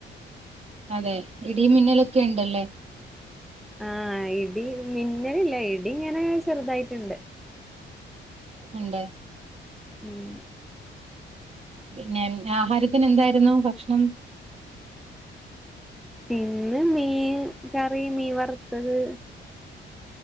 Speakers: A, on the right; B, in the centre.
A: അതെ ഇടിം മിന്നലൊക്കെ ഉണ്ടല്ലേ.
B: ആഹ് ഇടി മിന്നല് ല്ല ഇടി ഇങ്ങനെ ചെറുതായിറ്റ്ണ്ട്.
A: ഉണ്ട്.
B: ഉം.
A: പിന്നെ ആഹാരത്തിന് എന്തായിരുന്നു ഭക്ഷണം?
B: ഇന്ന് മീൻ കറി മീൻ വറുത്തത്.